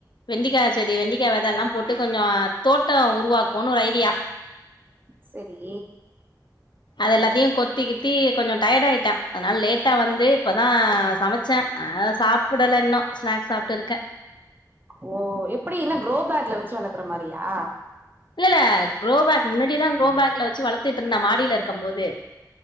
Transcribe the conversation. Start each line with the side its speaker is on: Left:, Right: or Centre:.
Left: வெண்டிக்கா செடி வெண்டிக்கா வெதல்லா போட்டு கொஞ்சோ தோட்டோ உருவாக்குன் ஒரு ஐடியா
Right: செரி
Left: அது எல்லாத்தையும் கொத்தி கித்தி கொஞ்சம் டயர்டா ஆயிட்ட அதனால லேட்டா வந்து இப்ப தா சமச்ச அன்னால சாப்பிடல இன்னு ஸ்நாக்ஸ் சாப்ட்டு இருக்க
Right: ஓ எப்பிடி இன்ன குரோ பேக்ல வச்சு வளக்குற மாரியா
Left: இல்லல்ல குரோ பேக் முன்னடி தா குரோ பேக்ல வச்சி வளத்துட்ருந்தா மாடிலருக் க்கும் போது